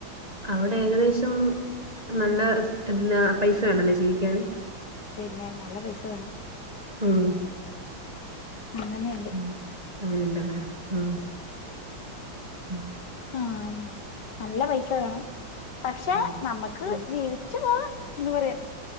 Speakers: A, on the right; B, on the left.
A: അവടെ ഏകദേശം നല്ല എ പൈസ വേണല്ലേ ജീവിക്കാന്
B: പിന്നെ നല്ല പൈസ വേണം
A: ഉം
B: അങ്ങനെണ്
A: ഉം അങ്ങനെ ഇണ്ടലെ ഉം ഉം
B: ആഹ് നല്ല പൈസ വേണം പക്ഷെ
A: ആഹ്
B: നമ്മക്ക്
A: ഉം
B: ജീവിച്ചു പോവ ഇന്ന് പറയാ